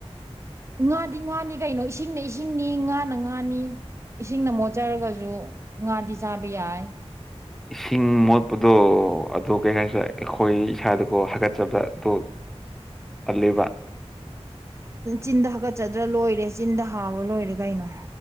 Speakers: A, on the right; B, in the centre.
A: ꯉꯥꯗꯤ ꯉꯥꯅꯤ ꯀꯩꯅꯣ ꯏꯁꯤꯡꯅ ꯏꯁꯤꯡꯅꯤ ꯉꯥꯅ ꯉꯥꯅꯤ ꯏꯁꯤꯡꯅ ꯃꯣꯠꯆꯔꯒꯁꯨ ꯉꯥꯗꯤ ꯆꯥꯕ ꯌꯥꯏ
B: ꯏꯁꯤꯡ ꯃꯣꯠꯄꯗꯣ ꯑꯗꯨ ꯀꯩ ꯍꯥꯏꯥꯏꯁꯨ ꯑꯩꯈꯣꯏ ꯏꯁꯥꯗꯀꯣ ꯍꯥꯀꯠꯆꯕꯗꯣ ꯑꯂꯕ
A: ꯆꯤꯟꯗ ꯍꯥꯀꯠꯆꯗ꯭ꯔꯥ ꯂꯣꯏꯔꯦ ꯆꯤꯟꯗ ꯍꯥꯎꯔ ꯂꯣꯏꯔꯦ ꯀꯩꯅꯣ